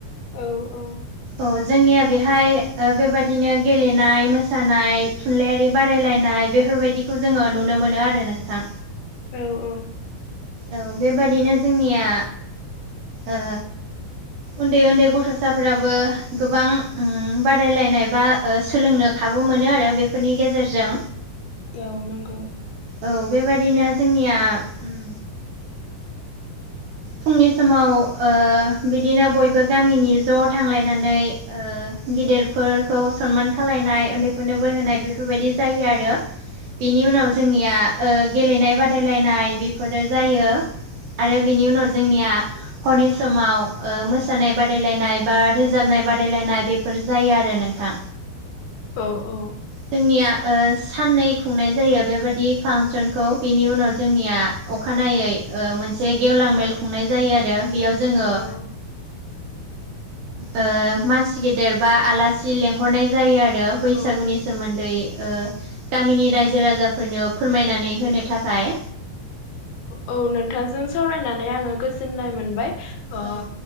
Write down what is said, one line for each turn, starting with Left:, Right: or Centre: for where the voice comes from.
Left: औ औ।
Right: औ जोंनिया बेहाय ओ बेबायदिनो गेलेनाय मोसानाय थुनलाइयारि बादायलायनाय बेफोरबायदिखौ जोङो नुनो मोनो आरो नोंथां।
Left: औ औ
Right: औ बेबादिनो जोंनिया ओ
Left: <inaudible>
Right: उन्दै उन्दै गथ'साफोराबो गोबां उम बादायलायनायबा ओ सोलोंनो खाबु मोनो आरो बेफोरनि गेजेरजों
Left: औ नंगौ
Right: औ बेबादिनो जोंनिया उम फुंनि समाव ओ बिदिनो बयबो गामिनि ज' थांलायनानै ओ गिदिरफोरखौ सनमान खालायनाय उन्दैफोरनो बोरहोनाय बिफोरबायदि जायो आरो। बिनि उनाव जोंनिया ओ गेलेनाय बादायलायनाय बेफोरो जायो आरो बिनि उनाव जोंनिया हरनि समाव ओ मोसानाय बादायलायनाय बा रोजाबनाय बादायलायनाय बेफोर जायो आरो नोंथां।
Left: औ औ
Right: जोंनिया ओ साननै खुंनाय जायो बेबायदि फांसनखौ बिनि उनाव जोंनिया अखानायै ओ मोनसे गेवलां मेल खुंनाय जायो आरो बेयाव जोङो
Left: नंगौ
Right: ओ मानसि गेदेर बा आलासि लेंहरनाय जायो आर <unintelligible>
Left: औ
Right: बैसागुनि सोमोन्दै ओ गामिनि रायजो राजाफोरनो फोरमायनानै होनो थाखाय
Left: औ नोंथांजों सावरायनानै आङो गोजोननाय मोनबाय। ओ
Right: औ